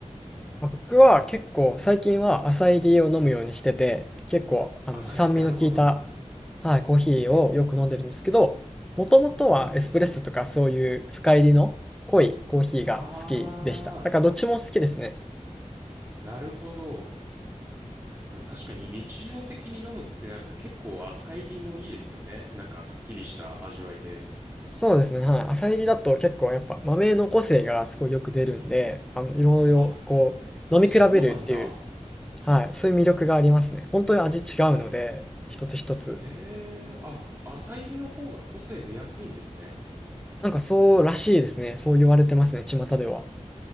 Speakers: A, in the centre; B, on the right.
A: あ、僕は結構最近は浅入りを飲むようにしてて、結構あの酸味の効いた、
B: 浅煎り、なるほどなるほど。
A: はい、コーヒーをよく飲んでるんですけど、もともとはエスプレッソとかそういう深入りの濃いコーヒーが好きでした。
B: うんうんうん。あ
A: だからどっちも好きですね。
B: ー、なるほど。でも確かに日常的に飲むってなると結構浅煎りもいいですよね。なんかすっきりした味わいで。
A: そうですね、はい。浅煎りだと結構やっぱ豆の個性がすごいよく出るんで、あの、いろいろこう飲み比べるっていう、
B: あ、そうなんだ。
A: はい、そういう魅力がありますね。本当に味違うので、
B: え、
A: 一つ一つ。
B: へえ、あ、浅煎りの方が個性出やすいんですね。
A: なんかそうらしいですね。そう言われてますね、巷では。